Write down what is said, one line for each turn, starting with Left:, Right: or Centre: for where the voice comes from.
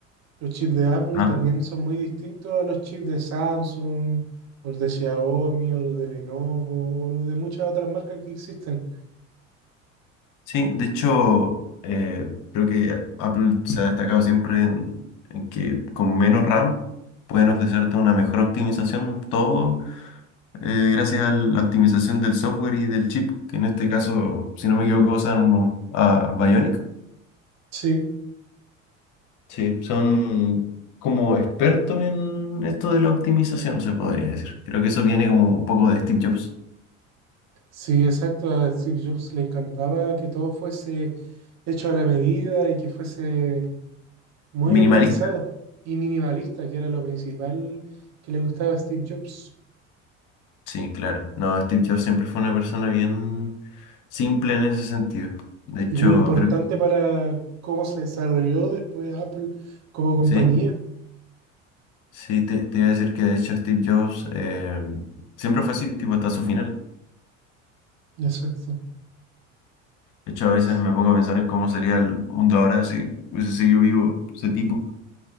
Right: Los chips de Apple
Left: Ajá.
Right: también son muy distintos a los chips de Samsung, o los de Xiaomi, o los de Lenovo, o los de muchas otras marcas que existen.
Left: Sí, de hecho, eh, creo que Apple se ha destacado siempre en, en que con menos RAM pueden ofrecerte una mejor optimización, todo eh, gracias a la optimización del software y del chip, que en este caso, si no me equivoco, usan unos ah, Bionic.
Right: Sí,
Left: Sí, son como expertos en esto de la optimización, se podría decir. Creo que eso viene como un poco de Steve Jobs.
Right: Sí, exacto. A Steve Jobs le encantaba que todo fuese hecho a la medida y que fuese muy
Left: Minimalista.
Right: optimizado y minimalista, que era lo principal que le gustaba a Steve Jobs.
Left: Sí, claro. No, Steve Jobs siempre fue una persona bien simple en ese sentido. De hecho,
Right: Y muy importante
Left: creo que
Right: para cómo se desarrolló después Apple como compañía.
Left: sí. Sí, te, te iba a decir que de hecho Steve Jobs eh, siempre fue así, tipo hasta su final.
Right: Exacto.
Left: De hecho, a veces
Right: S-
Left: me pongo a pensar en cómo sería el mundo ahora si hubiese seguido vivo ese tipo.